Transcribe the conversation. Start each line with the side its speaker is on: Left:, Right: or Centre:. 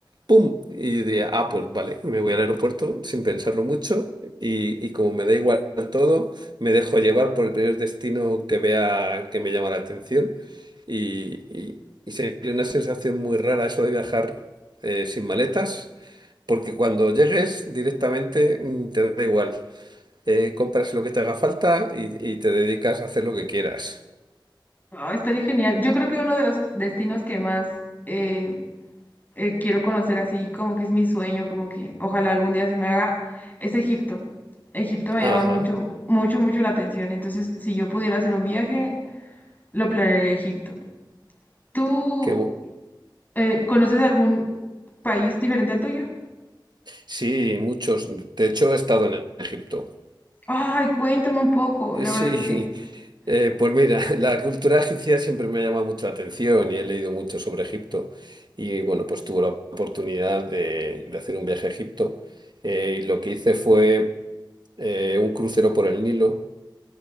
Right: ¡pum! Y diría, ah, pues vale, me voy al aeropuerto sin pensarlo mucho y, y como me da igual todo, me dejo llevar por el primer destino que vea que me llama la atención y, y- y sería una sensación muy rara eso de viajar eh, sin maletas, porque cuando llegues directamente mm, te da igual, Eh, compras lo que te haga falta y, y te dedicas a hacer lo que quieras.
Left: Ah, estaría genial. Yo creo que uno de los destinos que más eh, eh, quiero conocer así, como que es mi sueño, como que ojalá algún día se me haga, es Egipto. Egipto me
Right: Ajá,
Left: llama mucho, mucho, mucho la atención. Entonces, si yo pudiera hacer un viaje, lo planearía a Egipto. ¿Tú
Right: que
Left: eh, conoces algún país diferente al tuyo?
Right: sí, muchos. De hecho, he estado en Egipto.
Left: Ay, cuéntame un poco.
Right: Eh,
Left: La
Right: Sí,
Left: verdad es que...
Right: <laughs> eh, pues mira, <laughs> la cultura egipcia siempre me ha llamado mucho la atención y he leído mucho sobre Egipto. Y bueno, pues tuve la oportunidad de, de hacer un viaje a Egipto. eh, y lo que hice fue eh, un crucero por el Nilo,